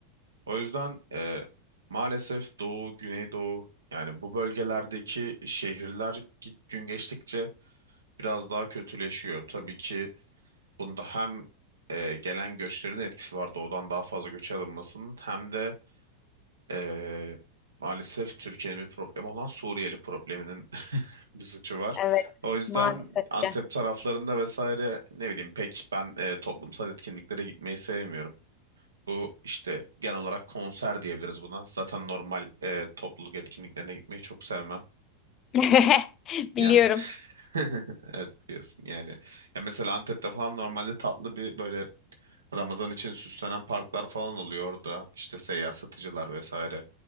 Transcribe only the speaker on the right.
O yüzden e, maalesef Doğu, Güneydoğu yani bu bölgelerdeki şehirler gi- gün geçtikçe biraz daha kötüleşiyor. Tabii ki bunda hem e, gelen göçlerin etkisi var doğudan daha fazla göç alınmasının hem de e, maalesef Türkiye'nin bir problemi olan Suriyeli probleminin <laughs> bir suçu var.
O yüzden
Antep
taraflarında vesaire ne bileyim pek ben e, toplumsal etkinliklere gitmeyi sevmiyorum. Bu işte genel olarak konser diyebiliriz buna. Zaten normal e, topluluk etkinliklerine gitmeyi çok sevmem.
Yani <laughs> evet biliyorsun yani. Ya mesela Antep'te falan normalde tatlı bir böyle Ramazan için süslenen parklar falan oluyor orada. İşte seyyar satıcılar vesaire.